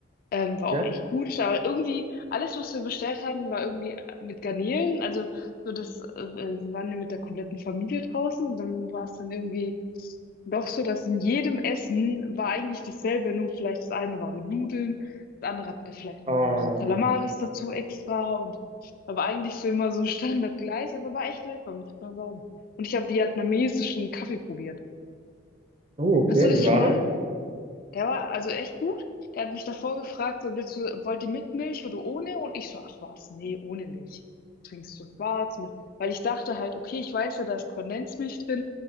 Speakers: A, on the left (about 45°); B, on the right (about 30°).
A: Ähm, war
B: Ja?
A: auch echt gut, aber irgendwie alles, was wir bestellt hatten, war irgendwie mit Garnelen. Also so das äh, waren wir mit der kompletten Familie draußen und dann war es dann irgendwie doch so, dass in jedem Essen war eigentlich dasselbe, nur vielleicht das eine war mit Nudeln, das andere hatten wir vielleicht
B: Ah,
A: noch irgendwie so Kalamaris dazu extra und aber eigentlich so immer so <laughs> standardgleich, aber war echt lecker, muss ich mal sagen. Und ich habe vietnamesischen Kaffee probiert.
B: oh, okay,
A: Hast du das
B: wie
A: schon
B: war
A: mal?
B: der?
A: Der war also echt gut. Der hat mich davor gefragt, so, willst du, wollt ihr mit Milch oder ohne? Und ich so, ach was, nee, ohne Milch. Trinkst du schwarz mit? Weil ich dachte halt, okay, ich weiß ja, da ist Kondensmilch drin,